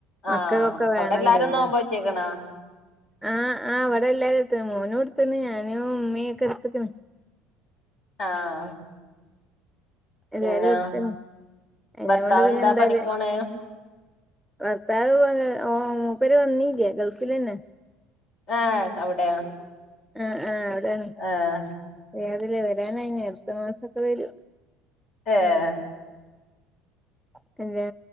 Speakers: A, on the left; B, in the centre.
A: ആഹ്
B: മക്കൾക്കൊക്കെ
A: അവിടെ
B: വേണല്ലല്ലോ
A: എല്ലാരും നോമ്പ് വെച്ചേ ക്ക ണ
B: ആഹ് ആഹ് ഇവടെ എല്ലാരുംത്ണ് മോനുംട്ത്ത്ണ് ഞാനും ഉമ്മീ ഒക്ക എടുത്ക്ണ്.
A: ആഹ്
B: എല്ലാരുട്ത്ണ്
A: പിന്നെ
B: അയ്നെ
A: ഭർത്താവ്
B: കൊണ്ട് പിന്നെ
A: എന്താ
B: എന്തായാല
A: പണിക്കോണ്
B: ഭർത്താവ് മുപ്പേര് വന്നീല്ല ഗൾഫിലെന്നെ
A: ഏഹ് അവിടെയാ
B: ആഹ് ആഹ് അവിടേണ്
A: ഏഹ്
B: വേതില്ലെ വരാനായിന് അടുത്ത മാസൊക്കെ വരും.
A: ഏഹ്
B: ഹസ്ബന്റ്